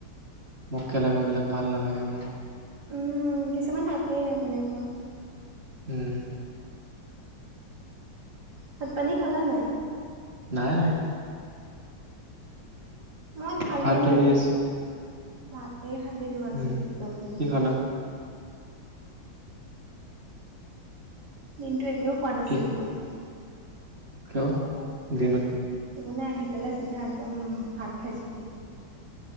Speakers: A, on the right; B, on the right.
A: মককেলামী বিলাক ভাল নালাগে মোৰ।
B: উম কিছুমান থাকেই তেনেকুৱা
A: উম।
B: ভাত পানী খালা নাই।
A: নাই নাই।
B: মই খালো
A: ভাত দেৰি আছে
B: ভাত। এই খাই দিলোঁ আজি
A: উম
B: জলদি।
A: কি খালা
B: দিনটো একোৱে খোৱা নাছিলো
A: কি
B: মই।
A: কিয় দিন
B: সেইকাৰণে আহি পেলাই চিধা একদম ভাত খাইছোহি।